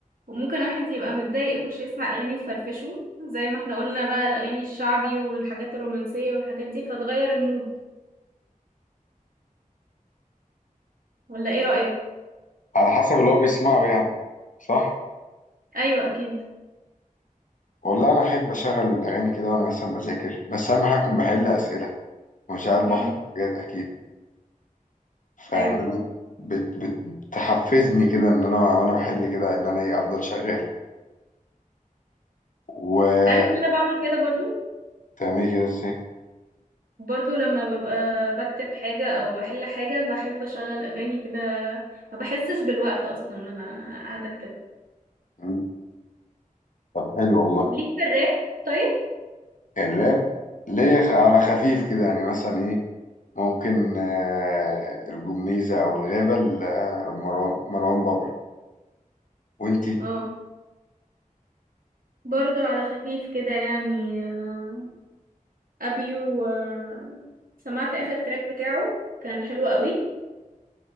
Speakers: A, on the right; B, on the left.
A: وممكن واحد يبقى متضايق يخش يسمع أغاني تفرفشه زي ما احنا قلنا بقى الأغاني الشعبي والحاجات الرومانسية والحاجات دي فتغير المود ولا ايه رأيك؟
B: على حسب اللي هو بيسمعه يعني صح
A: أيوة أكيد
B: والله انا احب اشغل اغاني كده وانا مثلا بذاكر بس اهم حاجه اكون بحل اسئله ومش قاعد
A: امم
B: بحفظ حاجات اكيد فاهمني
A: ايوه
B: بت بت بتحفزني كده ان انا وانا بحل كده ان انا ايه افضل شغال وتعملي
A: انت عارف ان انا بعمل كده برضو
B: كده ازاي
A: برضو لما ببقى بكتب حاجة او بحل حاجة بحب اشغل اغاني كده ما بحسش بالوقت اصلا وانا قاعدة اكتب
B: مم. طب حلو والله
A: ليك في الراب طيب
B: الراب ليا خ- على خفيف كده يعني مثلا ايه ممكن آه، الجميزة او الغابة ل- آه، مروان مروان بابلو وانتي
A: اه برضو على خفيف كده يعني آه، ابيو آه، سمعت اخر تراك بتاعه كان حلو قوي